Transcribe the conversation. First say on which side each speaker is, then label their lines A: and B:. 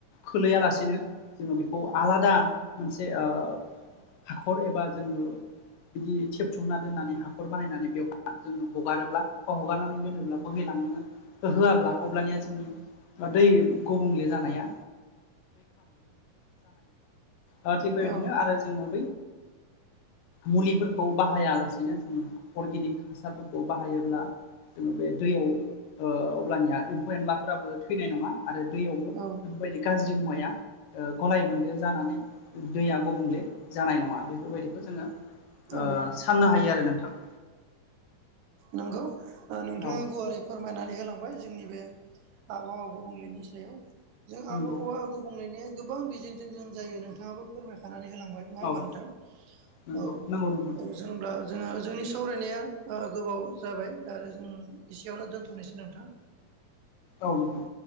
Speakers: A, on the left; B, on the right.
A: खोलैयालासेनो जोङो बेखौ आलादा मोनसे ओ हाखर एबा जोङो बिदि थेबथुमना दोननानै हाखर बानायनानै बेवहाय जोङो हगारोब्ला बा हगारनानै दोनोब्ला बोहैलांनो होआब्ला अब्लानिया जोंनि ओ दै गुबुंले जानाया ओ थिग बेबायदिनो
B: औ
A: आरो जोङो बै मुलिफोरखौ बाहायालासेनो जोङो अर्गेनिक हासार खौ बाहायोब्ला जोङो बे दैयाव ओ अब्लानिया एम्फौ एनलाफोराबो थैनाय नङा। आरो दैयावबो बेफोरबायदि
B: औ
A: गाज्रि मुवाया ओ गलाय बन्देर जानानै दैया गुबुंले जानाय नङा। बेफोरबायदिखौ जोङो
B: औ
A: ओ साननो हायो आरो नोंथां।
B: नंगौ ओ नोंथाङा
A: औ
B: गुवारै फोरमायनानै होलांबाय जोंनि बे आबहावा गुबुंलेनि सायाव। जों
A: नंगौ
B: आबहावा गुबुंलेनाया गोबां बिजोंजों जों जायो नोंथाङाबो फोरमायखानानै होलांबाय। नङा होमबा
A: औ
B: नोंथां?
A: नंगौ
B: औ।
A: नंगौ नोंथां
B: होमब्ला जोङो जोंनि सावरायनाया ओ गोबाव जाबाय दा आरो जों एसेयावनो दोनथ'नोसै नोंथां।
A: औ नोंथां।